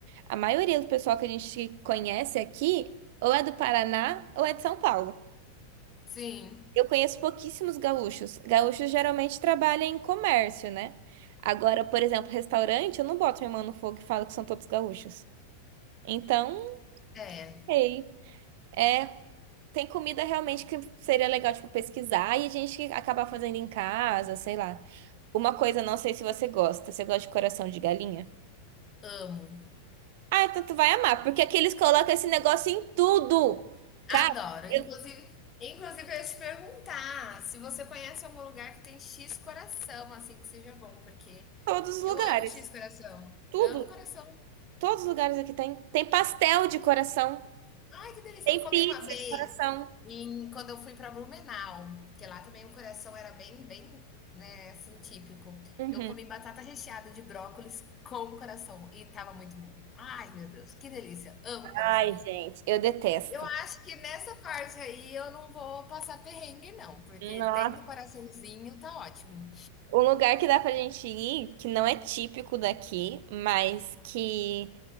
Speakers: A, on the right; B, on the left.
A: A maioria do pessoal que a gente conhece aqui ou é do Paraná ou é de São Paulo.
B: Sim.
A: Eu conheço pouquíssimos gaúchos. Gaúchos geralmente trabalham em comércio, né? Agora, por exemplo, restaurante, eu não boto minha mão no fogo e falo que são todos gaúchos. Então, não
B: É,
A: sei. É, tem comida realmente que seria legal, tipo, pesquisar e a gente acabar fazendo em casa, sei lá. Uma coisa, não sei se você gosta. Você gosta de coração de galinha?
B: amo,
A: Ah, então tu vai amar, porque aqui eles colocam esse negócio em tudo. Cara,
B: adoro. Inclusive
A: em
B: inclusive eu ia te perguntar se você conhece algum lugar que tem x coração, assim, que seja bom, porque
A: todos os
B: eu
A: lugares.
B: amo x coração.
A: Tudo.
B: Amo coração
A: Todos os lugares aqui tem. Tem pastel de coração.
B: Ai, que delícia!
A: Tem
B: Eu comi
A: pizza
B: uma vez
A: de coração.
B: em, quando eu fui para Blumenau, que lá também o coração era bem, bem, né, assim, típico.
A: Uhum.
B: Eu comi batata recheada de brócolis com coração e tava muito bom. Ai, meu Deus, que delícia! Amo coração.
A: Ai, gente, eu detesto.
B: Eu acho que nessa parte aí eu não vou passar perrengue, não, porque
A: Nossa.
B: tendo coraçãozinho tá ótimo.
A: Um lugar que dá pra gente ir, que não é típico daqui, mas que.